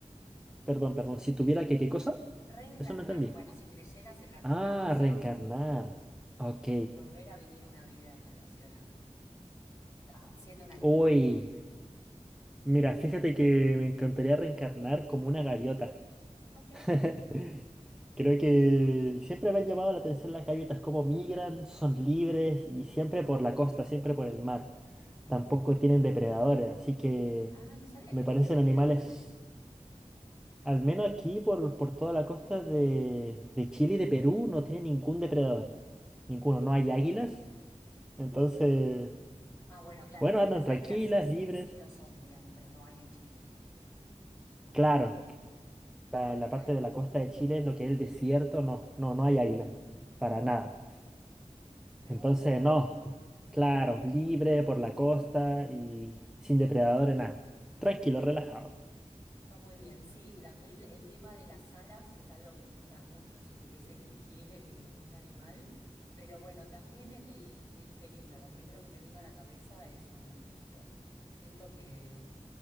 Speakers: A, in the centre; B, on the left.
A: Perdón, perdón, si tuviera que, ¿qué cosa?
B: Reencarnar,
A: Eso no entendí.
B: bueno, si creyeras en la reencarnación,
A: Ah, reencarnar. Ok.
B: vol- volver a vivir una vida en relación a, a siendo un animal.
A: Uy, mira, fíjate que me encantaría reencarnar como una gaviota.
B: Ok.
A: <laughs> Creo que siempre me han llamado la atención las gaviotas, cómo migran, son libres y siempre por la costa, siempre por el mar. Tampoco tienen depredadores, así que
B: Ah, no sabía que
A: me
B: no
A: parecen
B: tenían depredadores.
A: animales, al menos aquí por, por toda la costa de, de Chile y de Perú, no tienen ningún depredador. Ninguno, no hay águilas. Entonces,
B: Ah, bueno, claro,
A: bueno,
B: porque
A: andan
B: las
A: tranquilas,
B: águilas sí,
A: libres.
B: sí lo son, digamos, pero no hay en Chile.
A: Claro,
B: Ahí
A: la, la
B: va,
A: parte
B: ahí va.
A: de la costa de Chile, en lo que es el desierto, no, no, no hay águilas, para nada.
B: Me
A: Entonces,
B: gusta, me
A: no,
B: gusta.
A: claro, libre por la costa y sin depredadores, nada. Tranquilo, relajado.
B: Está muy bien. Sí, la mil, el tema de las alas es algo que me tira mucho si tuviese que elegir eh, un animal. Pero bueno, también el, el felino. Lo primero que me vino a la cabeza es un gatito. Siento que,